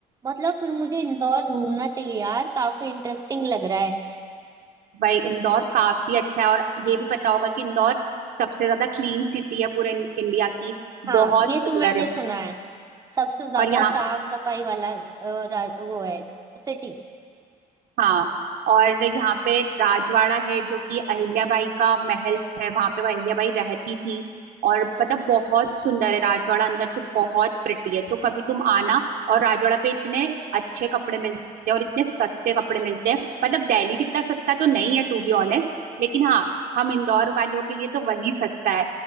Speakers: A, on the right; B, on the right.
A: मतलब फिर मुझे इंदौर घूमना चाहिए यार काफी इंटरेस्टिंग लग रहा है
B: भाई इंदौर काफी अच्छा है और ये भी पता होगा कि इंदौर सबसे ज्यादा क्लीन सिटी है पूरे इन- इंडिया की
A: हाँ
B: बहुत
A: ये
B: सुंदर
A: तो मैंने
B: है
A: सुना है सबसे ज्यादा
B: और यहाँ
A: साफ सफाई वाला अ, रा- वो है सिटी
B: हाँ और यहाँ पे राजवाड़ा है जो कि अहिल्याबाई का महल है वहां पे वो अहिल्याबाई रहती थी और मतलब बहुत सुंदर है राजवाड़ा अंदर से बहुत प्रिटी है तो कभी तुम आना और राजवाड़ा पे इतने अच्छे कपड़े मिलते हैं और इतने सस्ते कपड़े मिलते हैं मतलब दिल्ली जितना सस्ता तो नहीं है टू बी ऑनेस्ट लेकिन हाँ हम इंदौर वालों के लिए तो वही सस्ता है